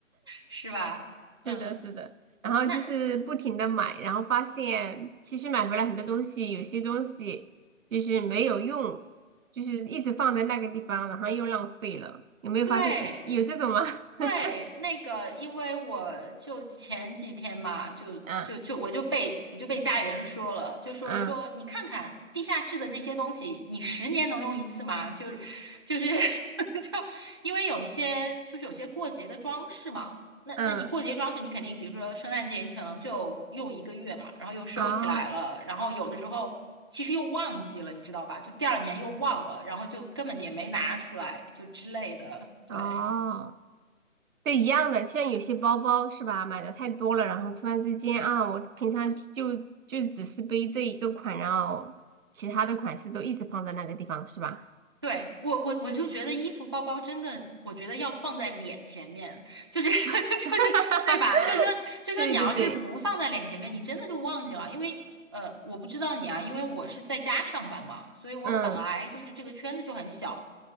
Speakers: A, on the right; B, on the right.
A: 是吧？
B: 是的，
A: 嗯，
B: 是的，然后就是不停的买，
A: 那
B: 然后发现其实买回来很多东西，有些东西就是没有用，就是一直放在那个地方，然后又浪费了。有没有发现你有这种吗？
A: 对。
B: <laughs>
A: 对，那个，因为我就前几天嘛，就就就我就被我就被家里人说了，
B: 嗯
A: 就说说你看看地下室的那些东西，
B: 嗯
A: 你十年能用一次吗？就是就是 <laughs> 就因为有一些就是有些过节的装饰嘛，那那你过节装饰你肯定，
B: 嗯，
A: 比如说圣诞节你可能就用一个月嘛，然后又收起来了，
B: 啊
A: 然后有的时候其实又忘记了，你知道吧？就第二年又忘了，然后就根本也没拿出来，就之类的，对。
B: 啊，对，一样的。像有些包包是吧，买的太多了，然后突然之间啊，我平常就就只是背这一个款，然后其他的款式都一直放在那个地方是吧？
A: 对，我我我就觉得衣服包包真的，我觉得要放在脸前面，就是 <laughs> 就是对吧？
B: <laughs>
A: 就是说就是说你要是不放在脸前面，
B: 对对对，
A: 你真的就忘记了，因为呃，我不知道你啊，因为我是在家上班嘛，所以我本来就是这个圈子就很小，
B: 嗯，